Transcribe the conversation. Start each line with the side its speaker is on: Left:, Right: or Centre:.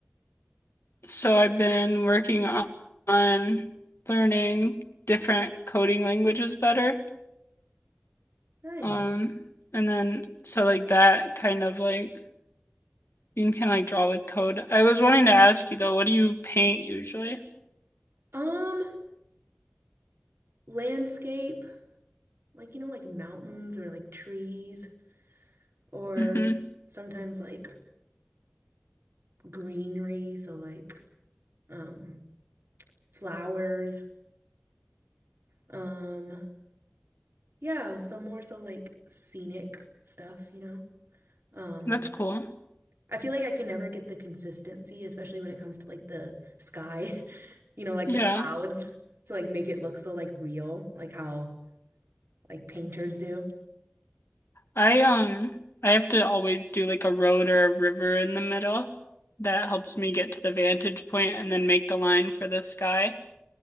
Left: so I've been working on, on learning different coding languages better.
Right: Nice.
Left: Um, and then so like that kind of like you can kind of like draw with code. I was wanting to ask you though, what do you paint usually?
Right: Um, landscape. like you know like mountains or like trees or
Left: hmm
Right: sometimes like greenery so like um flowers um yeah so more so like scenic stuff you know um
Left: That's cool.
Right: I feel like I could never get the consistency especially when it comes to like the sky <laughs> you know like
Left: Yeah.
Right: the clouds to like make it look so like real like how like painters do
Left: I um I have to always do like a road or a river in the middle. That helps me get to the vantage point and then make the line for the sky.